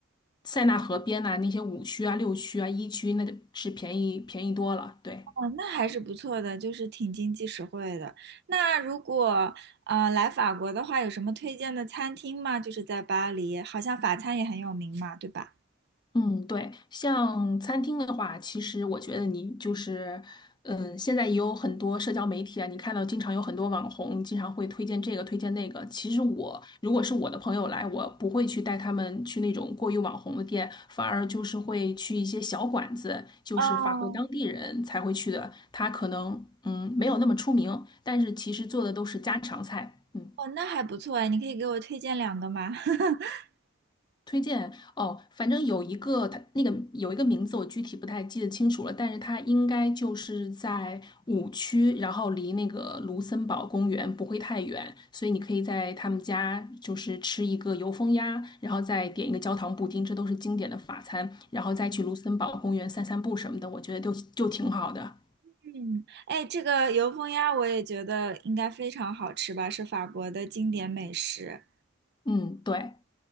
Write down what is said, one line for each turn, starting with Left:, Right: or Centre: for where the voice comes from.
Left: 塞纳河边呐、那些五区啊、六区啊、一区那个是便宜便宜多了。对，
Right: 哦，那还是不错的，就是挺经济实惠的。那如果呃来法国的话，有什么推荐的餐厅吗？就是在巴黎，好像法餐也很有名嘛，对吧？
Left: 嗯，对，像餐厅的话，其实我觉得你就是，嗯，现在也有很多社交媒体啊，你看到经常有很多网红经常会推荐这个推荐那个。其实我如果是我的朋友来，我不会去带他们去那种过于网红的店，反而就是会去一些小馆子，就是法国当地人才会去的，
Right: 哦，
Left: 他可能嗯没有那么出名，但是其实做的都是家常菜。嗯。
Right: 哦，那还不错哎，你可以给我推荐两个吗？<laughs>
Left: 推荐哦，反正有一个它那个有一个名字，我具体不太记得清楚了，但是它应该就是在五区，然后离那个卢森堡公园不会太远，所以你可以在他们家就是吃一个油封鸭，然后再点一个焦糖布丁，这都是经典的法餐，然后再去卢森堡公园散散步什么的，我觉得就就挺好的。
Right: 嗯，哎，这个油封鸭我也觉得应该非常好吃吧，是法国的经典美食。
Left: 嗯，对。